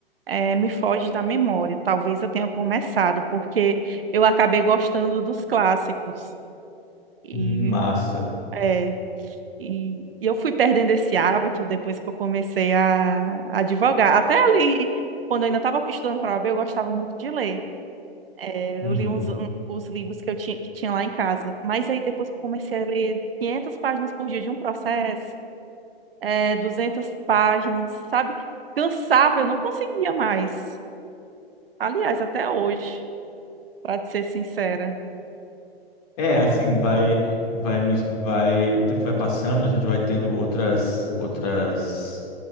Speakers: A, on the right; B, on the left.
A: É, me foge da memória. Talvez eu tenha começado, porque eu acabei gostando dos clássicos. E,
B: Hum, massa.
A: é, e, e eu fui perdendo esse hábito depois que eu comecei a, a advogar. Até ali, quando eu ainda estava estudando para a OAB, eu gostava muito de ler. É,
B: Uhum.
A: eu li uns, um- os livros que eu tinha, que tinha lá em casa. Mas aí depois que eu comecei a ler 500 páginas por dia de um processo, é, 200 páginas, sabe? Cansava, eu não conseguia mais. Aliás, até hoje, para ser sincera.
B: É, assim, vai, vai, me- vai, o tempo vai passando, a gente vai tendo outras, outras